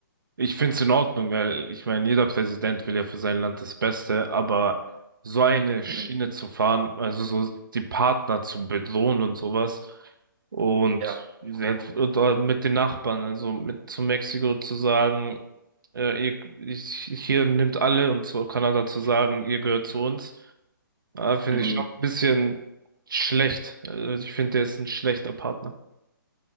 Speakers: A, on the right (about 70°); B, on the right (about 30°).
A: Ich finde es in Ordnung, weil ich meine, jeder Präsident will ja für sein Land das Beste, aber so eine Schiene
B: Mhm.
A: zu fahren, also so die Partner zu bedrohen und sowas und
B: Ja.
A: oder mit den Nachbarn, also mit zu Mexiko zu sagen, äh, ihr, ich, hier nimmt alle und zu Kanada zu sagen, ihr gehört zu uns, äh, finde
B: Mhm.
A: ich schon ein bisschen schlecht. Also ich finde, der ist ein schlechter Partner.